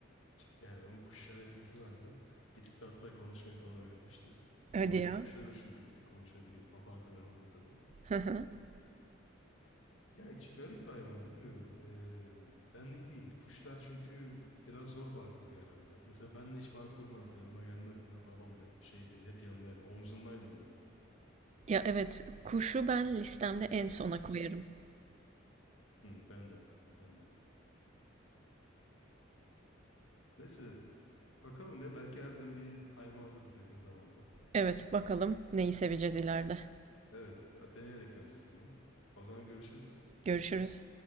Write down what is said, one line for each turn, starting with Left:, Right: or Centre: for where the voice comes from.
Left: Yani onun kuşlara ilgisi vardı. Bir tık da hatta konuşmayı falan öğretmişti.
Right: Hadi
Left: Muhabbet
Right: ya.
Left: kuşları da çünkü bir tık konuşabiliyor. Papağan kadar olmasa da.
Right: <laughs>
Left: Ya içi garip bir hayvan bilmiyorum. Ee, benlik değil. Kuşlar çünkü biraz zor bağ kuruyor herhalde. Mesela benle hiç bağ kurmaz. Yanıma gelmez. Ha, babamla hep şeydi. Hep yanındaydı. Omzundaydı böyle.
Right: Ya, evet, kuşu ben listemde en sona koyarım.
Left: Hı, ben de. Ben de. Neyse bakalım ya. Belki harbiden bir hayvan alırız yakın zamanda.
Right: Evet, bakalım neyi seveceğiz ileride.
Left: Evet. Deneyerek göreceğiz bunu. O zaman görüşürüz.
Right: Görüşürüz.